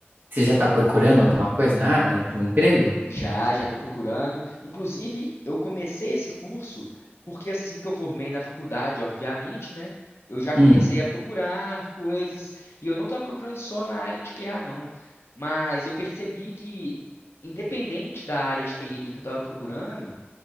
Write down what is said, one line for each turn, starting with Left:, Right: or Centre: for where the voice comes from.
Right: você já tá procurando alguma coisa na área de um emprego?
Left: Já, já estou procurando. Inclusive, eu comecei esse curso porque assim que eu formei na faculdade, obviamente, né? Eu já comecei
Right: Hum,
Left: a procurar coisas e eu não estava procurando só na área de QA, não. Mas eu percebi que, independente da área de TI ali que eu estava procurando,